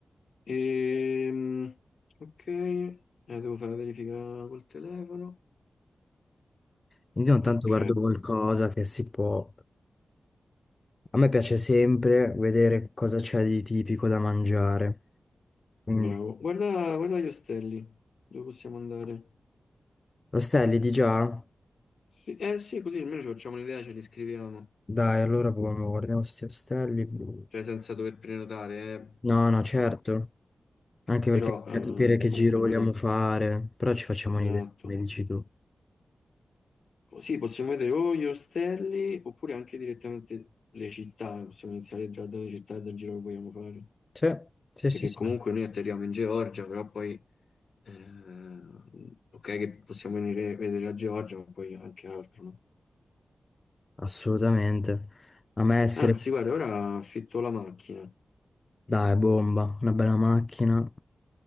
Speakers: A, on the left (about 65°); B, on the left (about 30°).
A: Ehm, ok, eh, devo fare la verifica col telefono.
B: Quindi ogni
A: Ok,
B: tanto guardo qualcosa che si può. A me piace sempre vedere cosa c'è di tipico da mangiare. Quindi,
A: bravo. Guarda, guarda gli ostelli, dove possiamo andare?
B: ostelli di già?
A: Sì, eh sì, così almeno ci facciamo un'idea, ce li scriviamo.
B: Dai, allora proviamo, guardiamo questi ostelli blu.
A: cioè senza dover prenotare,
B: No,
A: eh,
B: no,
A: comunque,
B: certo. Anche perché
A: però
B: bisogna
A: eh,
B: capire che
A: comunque
B: giro vogliamo
A: almeno,
B: fare. Però ci facciamo
A: esatto.
B: un'idea, come dici tu.
A: Sì, possiamo vedere o gli ostelli oppure anche direttamente le città, possiamo iniziare già dalle città e dal giro che vogliamo fare,
B: Sì, sì,
A: perché
B: sì, sì.
A: comunque noi atterriamo in Georgia, però poi, eh, ok che possiamo venire a vedere la Georgia, ma poi anche altro, no?
B: Assolutamente. A me essere,
A: Anzi, guarda, ora affitto la macchina.
B: dai, bomba, una bella macchina,